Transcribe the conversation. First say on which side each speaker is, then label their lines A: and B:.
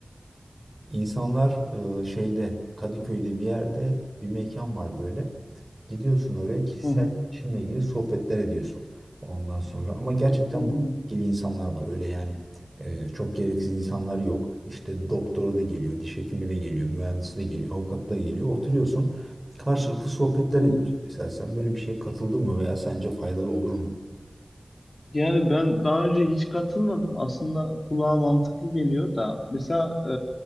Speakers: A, on the right (about 30°); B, on the left (about 65°).
A: İnsanlar e, şeyde Kadıköy'de bir yerde bir mekan var böyle. Gidiyorsun oraya kişisel
B: Hı hı,
A: gelişimle ilgili sohbetler ediyorsun ondan sonra. Ama gerçekten
B: hmm,
A: bu ilgili insanlar var öyle yani. E, çok gereksiz insanlar yok. İşte doktoru da geliyor, diş hekimi de geliyor, mühendisi de geliyor, avukat da geliyor. Oturuyorsun karşılıklı sohbetler
B: hmm.
A: ediyorsun. Mesela sen böyle bir şeye katıldın mı veya sence faydalı olur mu?
B: Yani ben daha önce hiç katılmadım. Aslında kulağa mantıklı geliyor da. Mesela e,